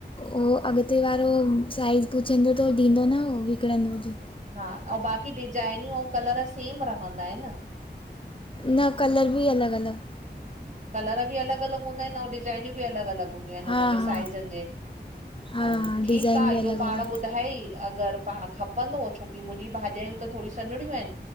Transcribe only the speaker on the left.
उहो अॻिते वारो, साइज़ पुछंदो, त ॾींदो न उहो, विकिणंदो, हुजे
न कलर, बि अलॻि अलॻि
हा
हा
हा
हा
डिज़ाइन
बि
अलॻि
अलॻि